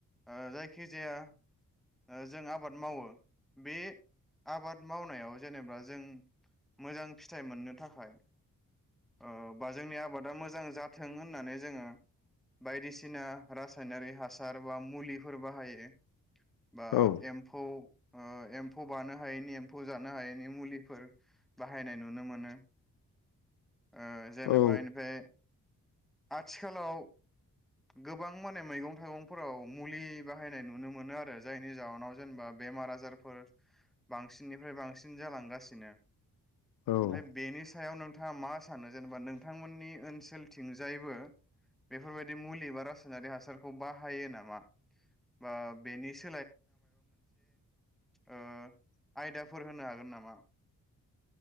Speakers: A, in the centre; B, on the left (about 75°).
A: ओ जायखि जाया ओ जों आबाद मावो बे आबाद मावनायाव जेनेबा जों मोजां फिथाइ मोननो थाखाय ओ बा जोंनि आबादा मोजां जाथों होननानै जोङो बायदिसिना रासायनारि हासार बा मुलिफोर बाहायो। बा
B: औ
A: एम्फौ ओ एम्फौ बानो हायैनि एम्फौ जानो हायैनि मुलिफोर बाहायनाय नुनो मोनो। ओ जेनेबा
B: औ
A: इनिफाय आथिखालाव गोबां माने मैगं थायगंफोराव मुलि बा बाहायनाय नुनो मोनो आरो जायनि जाहोनाव जेनेबा बेमार आजारफोर बांसिननिफ्राय बांसिन जालांगा सिनो
B: औ ओ
A: ओमफाय बेनि सायाव नोंथ थाङा मा सानो जेनेबा नोंथांमोननि ओनसोलथिंजायबो बेफोरबायदि मुलि बा रासायनारि हासारखौ बाहायो नामा बा बेनि सो ओ आयदाफोर होनो हागोन नामा?